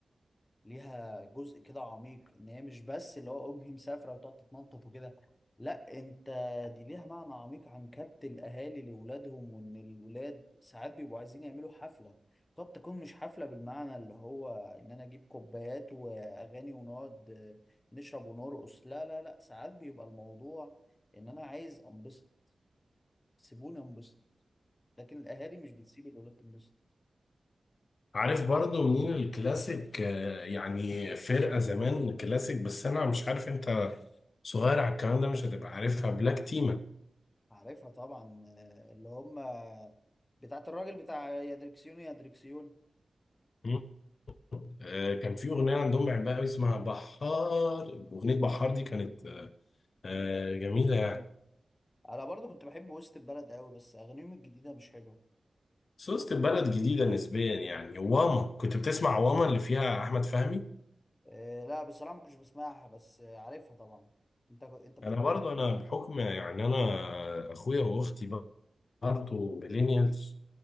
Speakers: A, on the left; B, on the left.
A: ليها جزء كده عميق ان هي مش بس اللي هو امي مسافره وتقعد تتنطط وكده لا انت دي ليها معنى عميق عن كبت الاهالي لاولادهم وان الولاد ساعات بيبقوا عايزين يعملوا حفله قد تكون مش حفله بالمعنى اللي هو ان انا اجيب كوبايات واغاني ونقعد آه، نشرب ونرقص لا لا لا ساعات بيبقى الموضوع ان انا عايز انبسط سيبوني انبسط لكن الاهالي مش بتسيب الولاد تنبسط
B: عارف برضو منين الكلاسيك آه، يعني فرقة زمان كلاسيك بس انا مش عارف انت صغير على الكلام ده مش هتبقى عارفها بلاك تيما
A: عارفها طبعا آه، اللي هم بتاعت الراجل بتاع يا دركسيون يا دركسيون
B: مم. آه، كان في اغنية عندهم بحبها قوي اسمها بحار اغنية بحار دي كانت
A: مم.
B: آه جميلة يعني
A: انا برضو كنت بحب وسط البلد قوي بس اغانيهم الجديده مش حلوه
B: بس وسط البلد جديدة نسبيا يعني واما كنت بتسمع واما اللي فيها أحمد فهمي
A: أه لا بصراحه ما كنتش بسمعها بس آه، عارفها طبعا انت انت بتحب
B: أنا برضو أنا بحكم يعني أنا أخويا وأختي برضو ميلينيالز